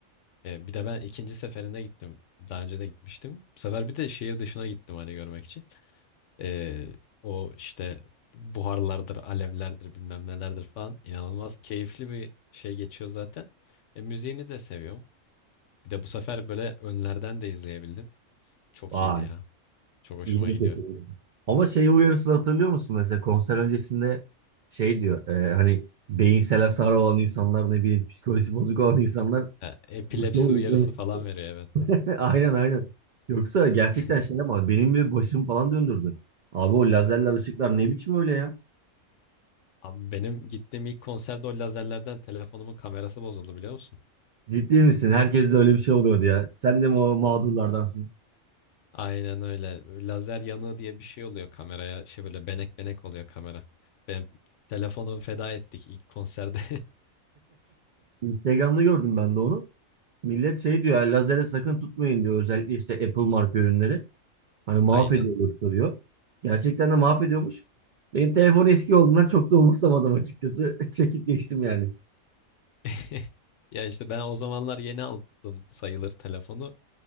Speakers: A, on the left (about 70°); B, on the right (about 85°).
A: e, bir de ben ikinci seferinde gittim. Daha önce de gitmiştim. Bu sefer bir de şehir dışına gittim hani görmek için. Ee, o işte buharlardır, alevlerdir, bilmem nelerdir falan. İnanılmaz keyifli bir şey geçiyor zaten. E, müziğini de seviyorum. Bir de bu sefer böyle önlerden de izleyebildim. Çok
B: Vay.
A: iyiydi ya. Çok hoşuma
B: iyilik
A: gidiyor.
B: getirmişsin. Ama şey uyarısını hatırlıyor musun? Mesela konser öncesinde şey diyor. e, hani beyinsel hasar olan insanlar ne bileyim psikolojisi bozuk olan insanlar
A: E, epilepsi
B: bu şovu
A: uyarısı
B: izlemesin.
A: falan veriyor evet.
B: <laughs> Aynen aynen. Yoksa gerçekten
A: <laughs>
B: şey ama benim bile başım falan döndürdü. Abi o lazerler ışıklar ne biçim öyle ya?
A: Abi benim gittiğim ilk konserde o lazerlerden telefonumun kamerası bozuldu biliyor musun?
B: Ciddi misin? Herkes de öyle bir şey oluyordu ya. Sen de mi o mağdurlardansın?
A: Aynen öyle. Lazer yanığı diye bir şey oluyor kameraya. Şey böyle benek benek oluyor kamera. Ben telefonu feda ettik ilk konserde.
B: Instagram'da gördüm ben de onu. Millet şey diyor, "Yani lazere sakın tutmayın diyor. Özellikle işte Apple marka ürünleri. Hani mahvediyor
A: <laughs> Aynen.
B: yoksa diyor. Gerçekten de mahvediyormuş. Benim telefon eski olduğundan çok da umursamadım açıkçası. <laughs> Çekip geçtim yani.
A: <laughs> Ya işte ben o zamanlar yeni aldım sayılır telefonu.